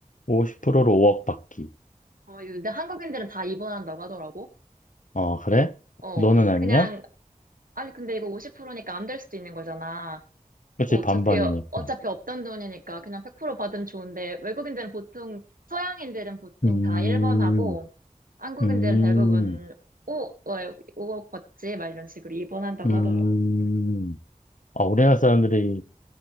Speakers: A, on the left; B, on the right.
A: 50%로 5억 받기.
B: 어, 이거 근데 한국인들은 다 입원한다고 하더라고.
A: 어, 그래?
B: 어,
A: 너는 아니야?
B: 그냥, 아니, 근데 이거 50%니까 안 될 수도 있는 거잖아.
A: 그치,
B: 뭐 어차피,
A: 반반이니까.
B: 어차피 없던 돈이니까 그냥 100% 받으면 좋은데, 외국인들은 보통, 서양인들은 보통
A: 음,
B: 다 1번 하고, 한국인들은
A: 음,
B: 대부분 5, 5억 받지? 막 이런 식으로 2번 한다고
A: 음.
B: 하더라고.
A: 아, 우리나라 사람들이